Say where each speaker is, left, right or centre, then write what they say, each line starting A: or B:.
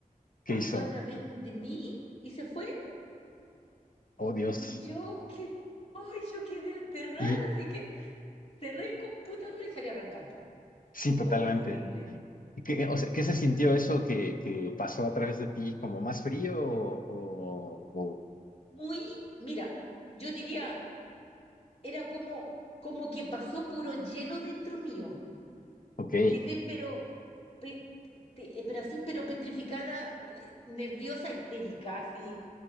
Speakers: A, on the left; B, on the left.
A: ¿Qué
B: Pasó
A: hizo?
B: a través de mí y se fue.
A: Oh, Dios.
B: Y yo que, ay, yo quedé aterrada,
A: Y
B: así que cerré el computador y salí arrancando.
A: sí, totalmente.
B: Ay, fue horrible.
A: ¿Y qué, o sea, ¿qué se sintió eso que, que pasó a través de ti? ¿Como más frío o, o- o-
B: Muy, mira, yo diría Era como, como que pasó puro hielo dentro mío.
A: Ok.
B: Quedé pero, pe- te- eh, pero así, pero petrificada, eh, nerviosa, histérica, así